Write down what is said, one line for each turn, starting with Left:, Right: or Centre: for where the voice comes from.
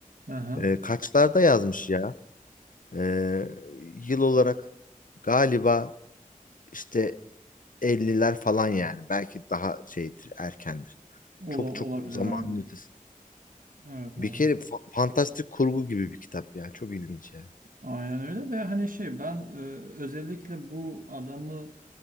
Right: Hı hı.
Left: Ee, kaçlarda yazmış ya? Ee, yıl olarak galiba İşte elliler falan yani. Belki daha şeydir, erkendir.
Right: Ola,
Left: Çok çok
Right: olabilir
Left: zamanın
Right: abi.
Left: ötesi.
Right: Evet
Left: Bir
Right: abi.
Left: kere fa- fantastik kurgu gibi bir kitap yani. Çok ilginç yani.
Right: Aynen öyle ve hani şey ben e, özellikle bu adamı